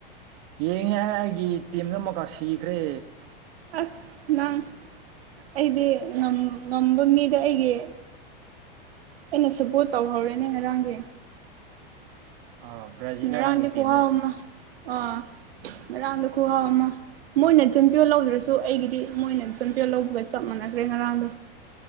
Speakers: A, on the right; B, on the right.
A: ꯌꯦꯡꯉꯦ ꯑꯩꯒꯤ ꯇꯤꯝ ꯑꯃꯒꯥ ꯁꯤꯈ꯭ꯔꯦ
B: ꯑꯁ ꯅꯪ ꯑꯩꯗꯤ ꯉꯝꯕ ꯃꯤꯗ ꯑꯩꯒꯤ ꯑꯩꯅ ꯁꯨꯄꯣꯠ ꯇꯧꯍꯧꯔꯦꯅꯦ ꯉꯔꯥꯡꯗꯤ
A: ꯑ ꯕ꯭ꯔꯥꯖꯤꯜꯂꯣ
B: ꯉꯔꯪꯔꯥ
A: ꯅꯪꯒꯤ
B: <unintelligible> ꯡꯗ
A: ꯇꯤꯝꯗꯣ
B: ꯀꯍ ꯎꯃ ꯑꯣ ꯑꯗꯨꯔꯗ ꯈꯨꯨꯍꯕꯃ <unintelligible> ꯃꯣꯏꯅ ꯆꯨꯝꯄꯤꯌꯣ ꯂꯧꯗ꯭ꯔꯁꯨ ꯑꯩꯒꯤꯗꯤ ꯃꯣꯏꯅ ꯆꯝꯄꯤꯌꯣ ꯂꯧꯕꯒ ꯆꯞ ꯃꯥꯟꯅꯈ꯭ꯔꯦ ꯉꯔꯥꯡꯗꯣ